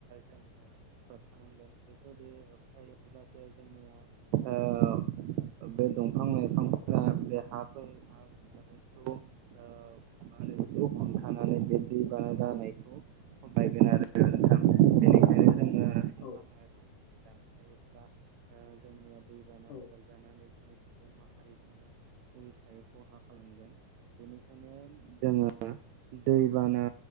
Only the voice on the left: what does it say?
औ नोंथां
औ
औ